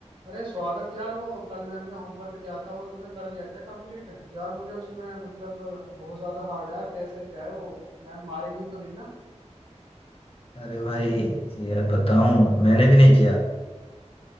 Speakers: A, on the right; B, on the left.
A: अरे स्वागत यार वो कल मैम ने होमवर्क दिया था वो तूने कर लिया क्या कंप्लीट यार मुझे उसमें मतलब बहुत ज्यादा हार्ड है यार कैसे क्या है वो मैम मारेंगी तो नहीं ना
B: अरे भाई ये बताऊं मैंने भी नहीं किया